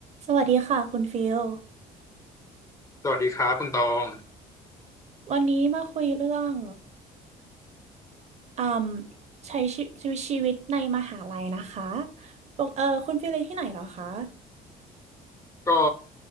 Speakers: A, on the right; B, on the left.
A: สวัสดีค่ะคุณฟิล
B: สวัสดีครับคุณตอง
A: วันนี้มาคุยเรื่องอืมใช้ชีชีวิตชีวิตในมหาลัยนะคะปกเออคุณฟิลเรียนที่ไหนเหรอคะ
B: ก็